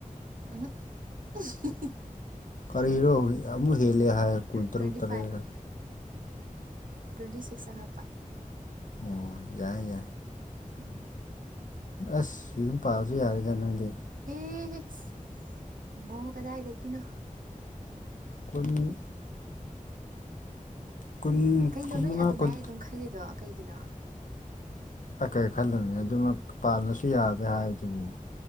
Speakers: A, on the right; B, on the left.
A: <unintelligible>
B: ꯀꯔꯤꯔꯣ ꯑꯃꯨꯛ ꯍꯦꯜꯂꯦ ꯍꯥꯏ ꯀꯨꯟ ꯇꯔꯨꯛ
A: ꯇ꯭ꯋꯦꯟꯇꯤ
B: ꯇꯔꯦꯠꯔꯥ
A: ꯇ꯭ꯋꯦꯟꯇꯤꯁꯤꯛꯁ ꯆꯪꯉꯛꯄ
B: ꯑꯣ ꯌꯥꯏ ꯌꯥꯏ
A: ꯎꯝ
B: ꯑꯥꯁ ꯌꯨꯝ ꯄꯥꯜꯂꯁꯨ ꯌꯥꯔꯦꯗ ꯅꯪꯗꯤ
A: ꯏꯁ ꯕꯨꯡꯉꯣ ꯀꯗꯥꯏꯗꯒꯤꯅꯣ
B: ꯈꯨꯟ ꯃꯤ ꯀꯨꯟ
A: ꯀꯩꯅꯣ
B: ꯀꯨꯟꯃꯉꯥ
A: ꯅꯣꯏ ꯑꯗꯨꯃꯥꯏ
B: ꯀꯨꯟ
A: ꯑꯗꯨꯝ ꯈꯜꯂꯤꯗꯣ ꯀꯩꯒꯤꯅꯣ
B: ꯑꯩ ꯀꯔꯤ ꯈꯜꯂꯕꯅꯦ ꯑꯗꯨꯃꯛ ꯄꯥꯜꯂꯁꯨ ꯌꯥꯒꯦ ꯍꯥꯏꯕꯗꯨꯕꯨ